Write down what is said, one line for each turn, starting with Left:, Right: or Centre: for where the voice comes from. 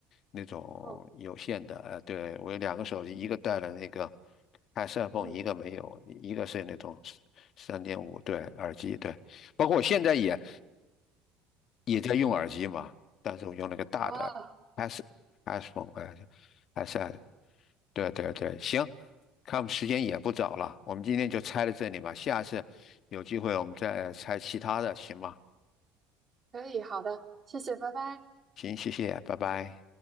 Left: 那种有线的。
Right: 哦，
Left: 呃，对，我有两个手机，一个带了那个 i p h o
Right: 嗯
Left: n e 一个没有，一个是那种三点五对耳机，对。包括我现在也也在用耳机嘛，
Right: 嗯，
Left: 但是我用了个大的
Right: 好啊，
Left: s i p h o n e 呃 i a d s e 对对对，行，看我们时间也不早了，我们今天就拆到这里吧，下次有机会我们再拆其他的，行吗？
Right: 可以，好的，谢谢，拜拜。
Left: 行，谢谢，拜拜。